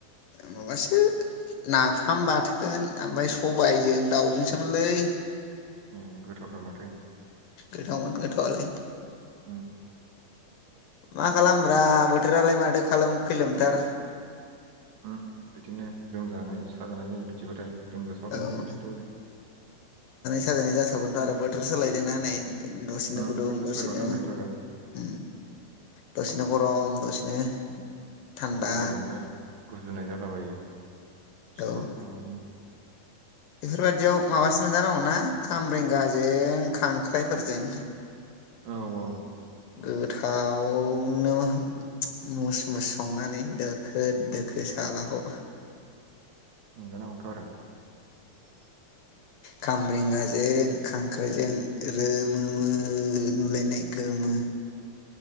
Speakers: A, on the left; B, on the right.
A: माबासो नाफाम बाथोन ओमफ्राय सबायजों दाउजोंसोमोनलै।
B: ओं गोथावथार माथो।
A: गोथावमोन गोथावालाय।
B: ओं
A: मा खालामब्रा बोथोरालाय माथो खालाम खैलोमथार।
B: उम बिदिनो लोमजानाय साजानाय जायो बिदिबाथाय। लोमजासावदों
A: औ
B: जोंनिथिंथ' ओरै
A: लोमजानाय जासावगोनथ' आरो बोथोर सोलायदों ना नै दसेनो
B: उम
A: गुदुं
B: बोथोर
A: दसेनो
B: सोलायबा लोमजायोथ' आरो
A: उम दस नो गरम दसेनो थान्दा
B: गगा मोननाय गुजुनाय जालाबायो
A: औ
B: सिथर ओं
A: बेफोरबायदियाव माबासो मोनजानांगौनाा खामब्रेंगाजों खांख्रायफोरजों।
B: औ औ
A: गोथावनो मुस मुस संनानै दोखो दोखो सालाखौ।
B: मोनजानांगौथ' आरो <inaudible>
A: खामब्रेंगाजों खांख्राइजों रोमो मो नुलायनाय। गोमो